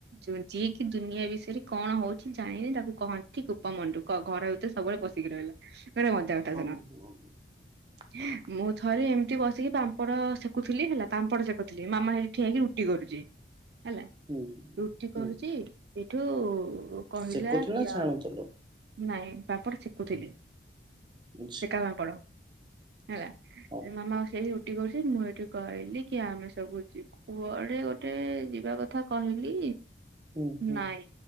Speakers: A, on the right; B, on the right.
A: ଯୁ ଯିଏ କିି ଦୁନିଆ ବିଷୟରେ କଣ ହଉଛି ଜାଣିନି ତାକୁ କହନ୍ତି କୂପ ମଣ୍ଡୁକ। ଘର ସେ ସବେଳେ ପସିକି ରହିଲା ଗୋଟେ ମଜା
B: ହଁ ହଁ
A: <unintelligible>
B: ହଁ।
A: ମୁଁ ଥରେ ଏମତି ବସିକି ପାମ୍ପଡ ସେକୁଥିଲି ହେଲା, ପାମ୍ପଡ ସେକୁଥିଲି ମାମା ସେଠି ଠିଆ ହେଇକି ରୁଟି କରୁଚି। ହେଲା
B: ହୁଁ
A: ରୁଟି
B: ହୁଁ
A: କରୁଚି, ଏଠୁ କହିଲା
B: ସେକୁଥିଲ
A: କି
B: ନା
A: ଆ
B: ଛାଣୁଥିଲ?
A: ନାଇଁ ପାମ୍ପଡ ସେକୁଥିଲି।
B: ଆଚ୍ଛା।
A: ସେକା ପାମ୍ପଡ। ହେଲା
B: ହଁ
A: ଏ ମାମା ସେଇ ରୁଟି କରୁଛି। ମୁଁ ଏଠି କହିଲି କି ଆମେ ସବୁ ଯି କୁଆଡେ ଗୋଟେ ଯିବା କଥା କହିଲି,
B: ହୁଁ ହୁଁ
A: ନାଇଁ